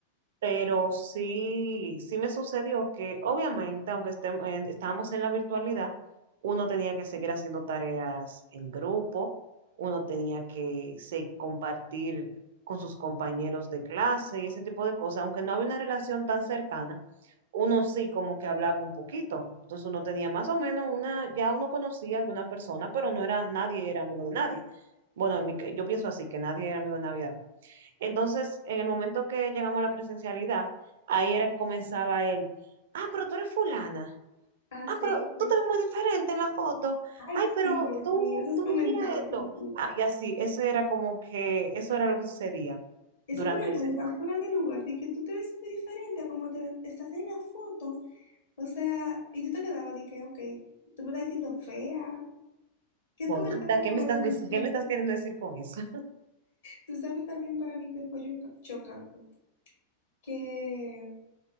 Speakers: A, on the right; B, on the left.
A: Pero sí, sí me sucedió que obviamente, aunque estem- en- estábamos en la virtualidad, uno tenía que seguir haciendo tareas en grupo, uno tenía que se- compartir con sus compañeros de clase y ese tipo de cosas, aunque no había una relación tan cercana, uno sí como que hablaba un poquito. Entonces uno tenía más o menos una, ya uno conocía a alguna persona, pero no era, nadie era amigo de nadie. Bueno, en mi ca- yo pienso así, que nadie era amigo de nadie entonces, en el momento que llegamos a la presencialidad, ahí era que comenzaba él. Ah, pero tú eres fulana.
B: Ah,
A: Ah,
B: sí,
A: pero
B: sí.
A: tú te ves muy diferente en la foto.
B: Ay,
A: Ay,
B: sí,
A: pero
B: Dios
A: tú,
B: mío, esos
A: tú
B: comentarios
A: mira esto.
B: que hacían.
A: Ah, y así, eso era como que, eso era lo que sucedía
B: Esos
A: durante
B: comentarios
A: ese tiempo.
B: tan fuera de lugar, de que tú te ves muy diferente a como te ves- estás en la foto. O sea, y tú te quedabas de que, ok, tú me estás diciendo fea. ¿Qué
A: Bonita,
B: tú me estás más
A: ¿qué
B: o
A: me
B: menos
A: estás diciendo?
B: diciendo?
A: ¿Qué me estás queriendo decir con eso?
B: Tú sabes también para mí que fue choca- chocante, que